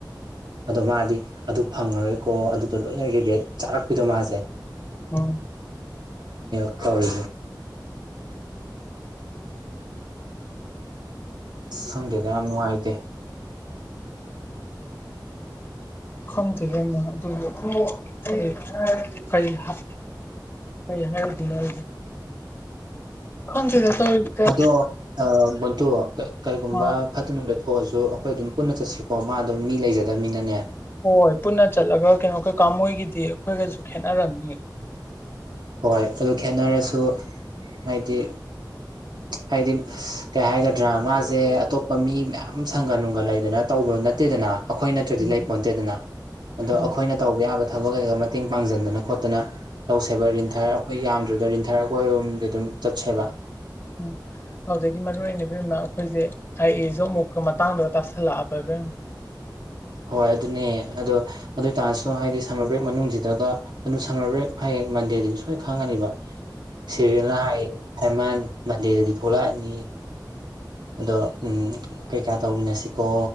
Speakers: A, on the right; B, on the left.
A: ꯑꯗꯣ ꯃꯥꯗꯤ ꯑꯗꯨ ꯐꯪꯉꯔꯣꯏꯀꯣ ꯑꯗꯨꯗꯣ ꯂꯣꯏꯅ ꯔꯤꯒꯦꯠ ꯆꯥꯔꯛꯄꯤꯗꯣ ꯃꯥꯁꯦ
B: ꯎꯝ
A: ꯑꯧ ꯈꯪꯗꯦꯗ ꯌꯥꯝ ꯅꯨꯡꯉꯥꯏꯇꯦ
B: ꯈꯪꯗꯦ ꯏꯕꯦꯝꯃ ꯑꯗꯨꯕꯨ ꯑꯩ ꯀꯩ ꯍꯥꯏ ꯀꯩ ꯍꯥꯏꯔꯨꯗꯣꯏꯅꯣ ꯍꯥꯏꯗꯤ ꯈꯪꯗꯦꯗ ꯇꯧꯔꯤꯁꯦ
A: ꯑꯗꯣ ꯑ ꯕꯣꯟꯗꯨ ꯀ ꯀꯩꯒꯨꯝꯕ
B: ꯑꯥ
A: ꯐꯠꯇꯅ ꯅꯨꯡꯗ ꯊꯣꯛꯑꯁꯨ ꯑꯩꯈꯣꯏ ꯑꯗꯨꯝ ꯄꯨꯟꯅ ꯆꯠꯁꯤꯀꯣ ꯃꯥ ꯑꯗꯨꯝ ꯃꯤ ꯂꯩꯖꯗꯕꯅꯤꯅꯅꯦ
B: ꯍꯣꯏ ꯄꯨꯟꯅ ꯆꯠꯂꯒ ꯀꯩꯅꯣ ꯀꯩꯀꯥ ꯃꯣꯏꯒꯤꯗꯤ ꯑꯩꯈꯣꯏꯒꯁꯨ ꯈꯦꯠꯅꯔꯝꯅꯤ
A: ꯍꯣꯏ ꯑꯗꯨ ꯈꯦꯠꯅ꯭ꯔꯁꯨ ꯍꯥꯏꯗꯤ
B: <inaudible>
A: ꯍꯥꯏꯗꯤ ꯀꯩ ꯍꯥꯏꯒꯗ꯭ꯔꯥ ꯃꯥꯁꯦ ꯑꯇꯣꯞꯄ ꯃꯤ ꯃꯌꯥꯝ ꯁꯪꯒ ꯅꯨꯡꯒ ꯂꯩꯗꯅ ꯇꯧꯕ ꯅꯠꯇꯦꯗꯅ ꯑꯩꯈꯣꯏ ꯅꯠꯇ꯭ꯔꯗꯤ
B: ꯎꯝ
A: ꯂꯩ ꯄꯣꯟꯇꯦꯗꯅ ꯑꯗꯣ
B: ꯎꯝ
A: ꯑꯩꯈꯣꯏꯅ ꯇꯧꯕ ꯌꯥꯕ ꯊꯕꯛ ꯀꯩꯀꯥ ꯃꯇꯦꯡ ꯄꯥꯡꯁꯤꯟꯗꯅ ꯈꯣꯠꯇꯅ ꯇꯧꯁꯦꯕ ꯔꯤꯟ ꯊꯥꯔ ꯑꯩꯈꯣꯏ ꯌꯥꯝꯗ꯭ꯔꯗ ꯔꯤꯟ ꯊꯥꯔꯛ ꯑꯣ ꯑꯗꯨꯝ ꯆꯠꯁꯦꯕ
B: ꯎꯝ ꯑꯗꯨꯗꯒꯤ ꯃꯔꯨ ꯑꯣꯏꯅ ꯃꯥ ꯑꯩꯈꯣꯏꯁꯦ ꯑꯥꯏ ꯑꯦꯁꯨ ꯑꯃꯨꯛꯀ ꯃꯇꯥꯡꯗꯒ ꯇꯥꯁꯜꯂꯛꯑꯕ <unintelligible>
A: ꯍꯣꯏ ꯑꯗꯨꯅꯦ ꯑꯗꯣ ꯑꯗꯨ ꯑꯣꯏꯇꯥꯔꯁꯨ ꯍꯥꯏꯗꯤ ꯁꯝꯃꯔ ꯕ꯭ꯔꯦꯛ ꯃꯅꯨꯡꯁꯤꯗꯒ ꯑꯗꯨ ꯁꯝꯃꯔ ꯕ꯭ꯔꯦꯛ ꯍꯥꯏꯌꯦꯡ ꯃꯟꯗꯦꯗꯗꯤ ꯁꯣꯏꯅ ꯈꯪꯉꯅꯤꯕ ꯁꯦꯔꯤꯜꯅ ꯍꯥꯏ ꯁꯥꯏꯃꯟ ꯃꯗꯦꯗꯗꯤ ꯊꯣꯛꯂꯛꯑꯅꯤ ꯑꯗꯣ ꯎ ꯀꯩꯀꯥ ꯇꯧꯃꯤꯟꯅꯁꯤꯀꯣ